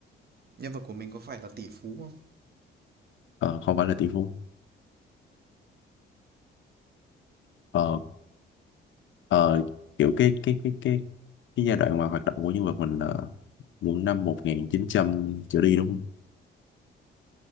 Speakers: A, on the right; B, on the left.
A: nhân vật của mình có phải là tỷ phú không?
B: Ờ, không phải là tỷ phú ờ, ờ, kiểu cái cái cái cái cái giai đoạn mà hoạt động của nhân vật mình là những năm 1900 trở đi đúng không